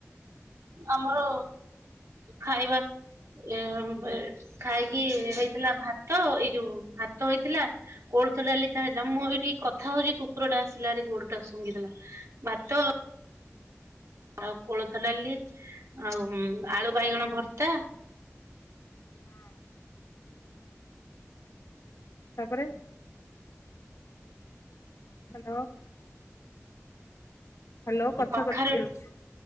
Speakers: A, on the right; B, on the left.
A: ଆମର ଖାଇବା ଏ ବେ ଖାଇକି ହେଇଥିଲା ଭାତ ଏଇ ଯୋଉ ଭାତ ହେଇଥିଲା କୋଳଥ ଡାଲି ଟା ହେଲା, ମୁଁ ଏଇଠି କଥା ହଉଛି କୁକୁର ଟା ଆସିଲା ରା ଗୋଡ଼ଟା ଶୁଂଘୀ ଦେଲା। ଭାତ ଆଉ କୋଳଥ ଡ଼ାଲି ଆଉ ଉମ ଆଳୁ ବାଇଗଣ ଭର୍ତା।
B: ହଁ। ତାପରେ ହ୍ୟାଲୋ। ହ୍ୟାଲୋ କଥା
A: କଖାରୁ
B: କଟି ଯାଉଛି।